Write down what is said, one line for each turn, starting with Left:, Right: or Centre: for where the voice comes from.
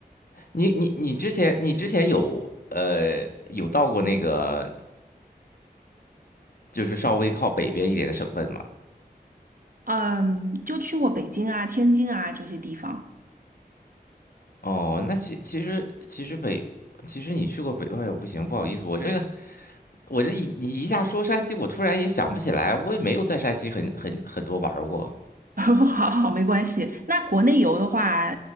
Left: 你你你之前你之前有呃有到过那个就是稍微靠北边一点的省份吗？
Right: 嗯，就去过北京啊、天津啊这些地方。
Left: 哦，那其其实其实北其实你去过北，哎呦不行，不好意思，我这个我这一一下说山西，我突然也想不起来，我也没有在山西很很很多玩儿过。
Right: <laughs> 好好，没关系。那国内游的话，